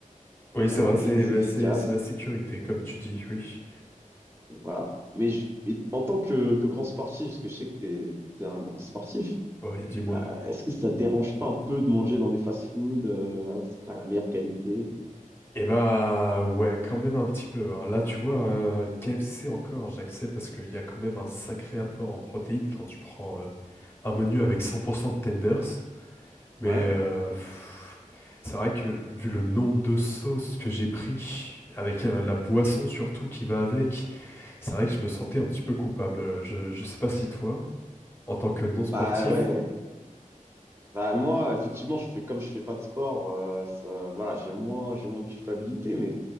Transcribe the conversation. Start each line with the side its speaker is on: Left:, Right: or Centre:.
Left: Oui,
Right: c'est
Left: c'est
Right: rapide,
Left: vrai, c'est
Right: c'est
Left: bah,
Right: efficace.
Left: c'est c'est la sécurité, comme tu dis, oui.
Right: Voilà. Mais, je- mais en tant que, que grand sportif, parce que je sais que t'es es, un grand sportif,
Left: Ouais, dis-moi.
Right: euh, est-ce que ça te dérange pas un peu de manger dans des fast food euh, là où c'est pas la meilleure qualité?
Left: Eh bah ouais, quand même un petit peu. hein. Là, tu vois, euh, KFC encore, j'accepte parce qu'il y a quand même un sacré apport en protéines quand tu prends euh, un menu avec 100% de tenders. Mais
Right: Ouais.
Left: euh, pff, c'est vrai que vu le nombre de sauces que j'ai pris, avec euh, la boisson surtout qui va avec, c'est vrai que je me sentais un petit peu coupable. Euh, Je, je sais pas si toi, en tant que non sportif,
Right: Bah ouais. Bah moi, effectivement, je fais comme je fais pas de sport, euh, ça- voilà, j'ai moins, j'ai moins de culpabilité, mais,